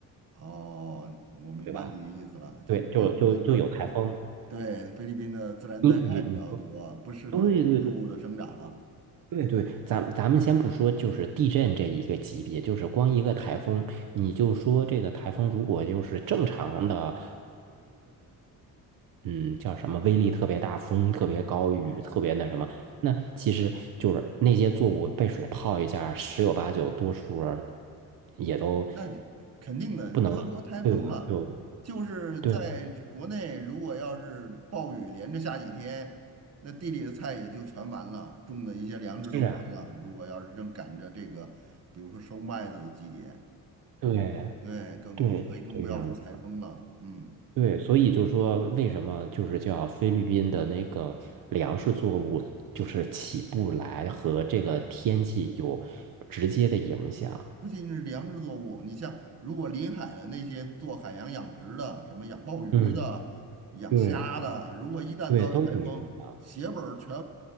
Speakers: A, on the right (about 45°); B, on the right (about 65°).
A: 哦，我明白你的意思了，
B: 对吧？对，
A: <laughs> 就你意思就是说，
B: 就就就有台风。
A: 对，菲律宾的自然灾害比较多，
B: 你你你说，
A: 不适合农作物的生长哈。
B: 对对对对对，咱咱们先不说，就是地震这一个级别，就是光一个台风，你就说这个台风如果就是正常的，嗯，叫什么威力特别大，风特别高，雨特别那什么，
A: 嗯，
B: 那其实就是那些作物被水泡一下，十有八九多数儿也都
A: 那你肯定的，
B: 不能，
A: 不要说台风了，
B: 对吧？就
A: 就是在国内，
B: 对，
A: 如果要是暴雨连着下几天，那地里的菜也就全完了，种的一些粮食都完了。
B: 是啊，
A: 如果要是正赶着这个，比如说收麦子的季节，
B: 对
A: 对，更，
B: 对，是这个样子的。
A: 所以更不要说台风了。嗯。
B: 对，所以就说为什么就是叫菲律宾的那个粮食作物就是起不来，和这个天气有直接的影响。
A: 不仅是粮食作物，你像如果临海的那些做海洋养殖的，什么养鲍鱼的、
B: 嗯，
A: 养虾的，
B: 对
A: 如果一旦遭遇台风，
B: 对，都有影响。
A: 血本儿全